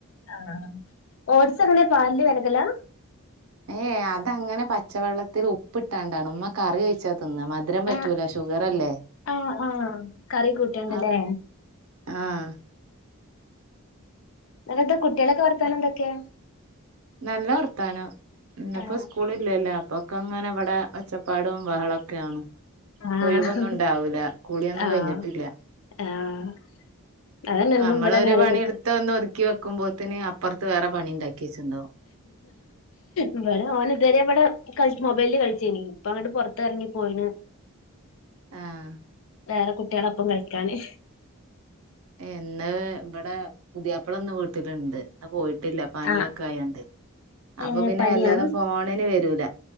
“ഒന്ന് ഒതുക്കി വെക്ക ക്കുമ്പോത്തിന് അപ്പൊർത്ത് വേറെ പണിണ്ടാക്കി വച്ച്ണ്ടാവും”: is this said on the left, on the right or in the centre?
Right